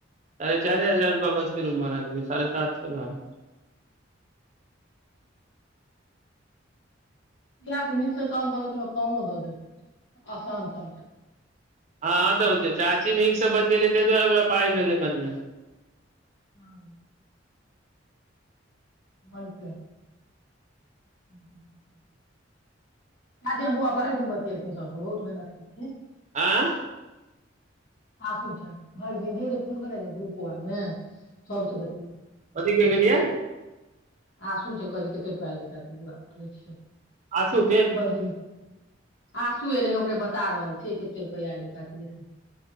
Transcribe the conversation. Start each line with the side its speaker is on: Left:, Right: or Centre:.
Right: अरे
Left: हूँ
Right: चार हजार रुपआ बस रूम भाड़ा साढ़े सात से भर
Left: इहे छै नीकसँ काम करबै तऽमे कमो दऽ देत आसान त
Right: हँ तऽ छै चाची नीकसँ बतेलै ते दुआरे ओकरा पाइ भेलै बढ़िआँ
Left: हँ मलके <inaudible> दादी हम बौआ भरि दिन बतियेलखिन सभसँ बहुत मेहनत केलखिन
Right: आँ
Left: आसू छ भर दिन जे फोन करे ने गुरुपवारमे सबस बत
Right: कथी क गेलियै
Left: आशु छै कही कते रुपआ लै चची बै छियै
Right: आसू
Left: खयली आ सुू एत <unintelligible> ओकरे बता रहल छियै कते रुपैआ एलै पचस